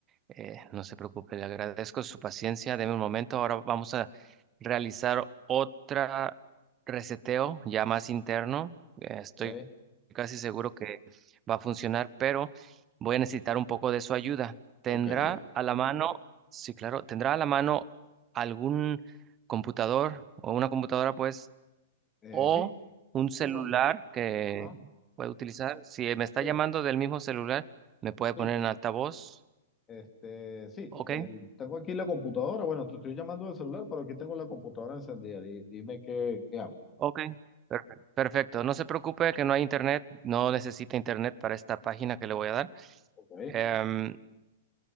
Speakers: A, on the right (about 25°); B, on the left (about 20°).
A: Eh, no se preocupe, le agradezco su paciencia. Deme un momento. Ahora vamos a realizar otra reseteo ya más interno. Eh, estoy
B: ok,
A: casi seguro que va a funcionar, pero voy a necesitar un poco de su ayuda. ¿Tendrá
B: ok, diga.
A: a la mano, sí, claro, tendrá a la mano algún computador o una computadora, pues,
B: Eh,
A: o
B: sí,
A: un celular
B: sí, bueno,
A: que
B: ajá,
A: pueda utilizar? Si me está
B: sí,
A: llamando del mismo celular, me puede
B: sí.
A: poner en altavoz.
B: Este, sí,
A: Ok.
B: el- tengo aquí la computadora. Bueno, te estoy llamando del celular, pero aquí tengo la computadora encendida. Di- dime qué, qué hago.
A: Ok, perfecto. Perfecto. No se preocupe que no hay internet, no necesita internet para esta página que le voy a dar.
B: Ok,
A: Em,